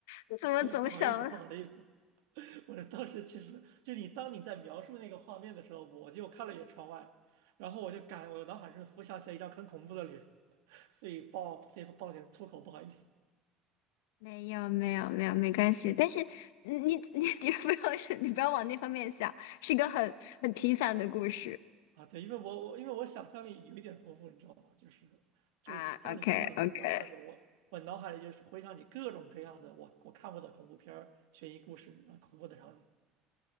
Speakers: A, on the left (about 75°); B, on the right (about 75°).
A: 你怎么总想
B: <laughs> 不好意思，不好意思，<laughs> 我当时其实就你当你在描述那个画面的时候，我就看了一眼窗外，然后我就感我脑海中浮想起了一张很恐怖的脸，<laughs> 所以爆所以爆了点粗口，不好意思
A: 没有没有没有，没关系。但是嗯你你 <laughs> 你不要是，你不要往那方面想，是一个很很平凡的故事
B: 啊。对，因为我我因为我想象力有一点丰富，你知道吧？就是就是当你听到你那个描述的时候，
A: 啊。OK OK，
B: 我我脑海里就是回想起各种各样的我我看过的恐怖片儿、悬疑故事啊、恐怖的场景。